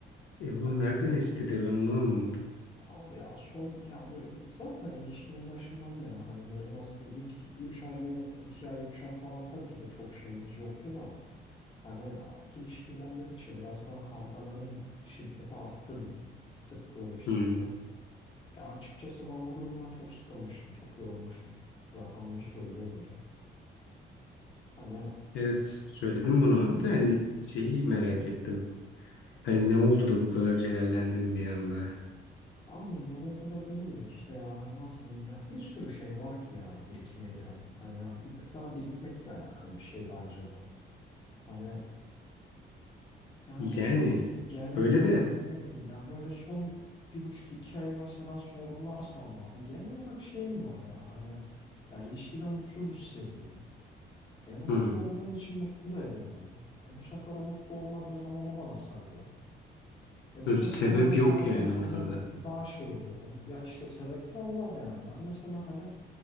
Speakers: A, on the left; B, on the left.
A: E oğlum
B: Ya
A: nereden
B: çünkü
A: esti de ben onu anlamadım.
B: abi ya son ya böyle bir zaten ilişkinin başından beri hani böyle nasıl diyeyim ilk 3 ay 4 2 ay 3 ay falan tabii ki de çok şeyimiz yoktu da hani artık ilişki ilerledikçe biraz daha kavgaların şiddeti arttı diyeyim. Sıklığı ve şiddeti.
A: Hmm.
B: Ya açıkçası ben bu durumdan çok sıkılmıştım. Çok yorulmuştum. Zaten bunu söylüyordum da. Hani
A: Evet söyledim bunu abi de hani şeyi merak ettim. Hani ne oldu da bu kadar celallendin bir anda?
B: abi ne oldu da değil de işte ya hani nasıl diyeyim ya bir sürü şey var ki ya birikime giren. Hani ya bir tık daha birikmekle alakalı bir şey bence bu. Hani yani
A: Yani
B: genel
A: öyle
B: olarak
A: de
B: hani ne bileyim ya böyle son bir buçuk iki ay mesela sorgularsam abi genel olarak şeyim var ya hani ya ilişkide mutsuz hissediyorum. E mutsuz
A: hı,
B: olduğum için mutlu da edemiyorum. E bu sefer o mutlu olmadığı zaman o bana sarıyor. E bu
A: böyle
B: sefer
A: bir sebep
B: o bana sardığı
A: yok yani
B: zaman
A: ortada.
B: daha şey oluyorum. Ya işte sebepler var yani. Ben mesela hani